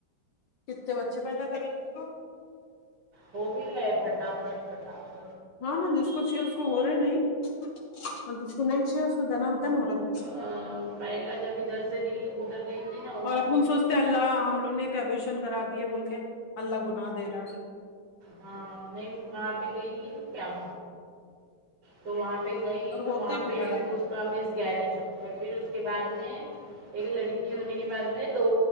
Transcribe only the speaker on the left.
کتنے بچے پیدا کر لیتی ہو
ہاں نا جس کو چاہیے اس کو ہو رہے نہیں اور جس کو نہیں چاہیے اس کو دنا دن ہو رہے بچے
اور اپن سوچتے اللہ ہم لوگوں نے ایک ایبوشن کرا دیے بول کے اللہ گناہ دے رہا ہے
اور
ہوتے
بھی پھٹافٹ